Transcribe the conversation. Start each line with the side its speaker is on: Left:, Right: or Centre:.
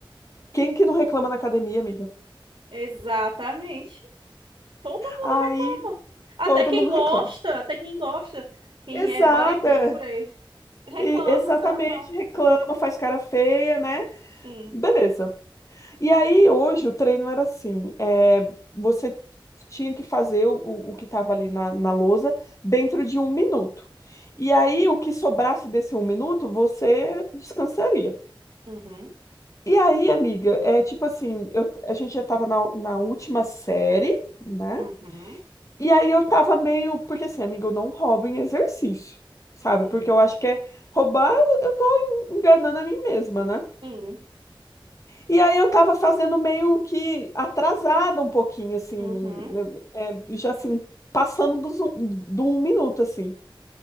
Left: quem que não reclama na academia, amiga?
Right: Exatamente. Todo mundo
Left: Aí
Right: reclama. Até
Left: todo
Right: quem
Left: mundo
Right: gosta,
Left: reclama.
Right: até quem gosta, quem
Left: Exata,
Right: é bodybuilder, reclama,
Left: e- exatamente,
Right: isso é normal.
Left: reclama, faz cara feia, né?
Right: Sim.
Left: Beleza. E aí, hoje, o treino era assim: é, você tinha que fazer o, o o que estava ali na, na lousa dentro de um minuto. E aí, o que sobrasse desse um minuto, você descansaria.
Right: Uhum,
Left: E aí, amiga, é tipo assim: eu- a gente já estava na, na última série, né?
Right: uhum,
Left: E aí eu tava meio. Porque assim, amiga, eu não roubo em exercício, sabe?
Right: sim,
Left: Porque eu acho que é roubar, eu eu tô en- enganando a mim mesma, né?
Right: sim,
Left: E aí eu estava fazendo meio que atrasada um pouquinho, assim,
Right: uhum.
Left: é, é, já assim, passando dos um- do um minuto, assim.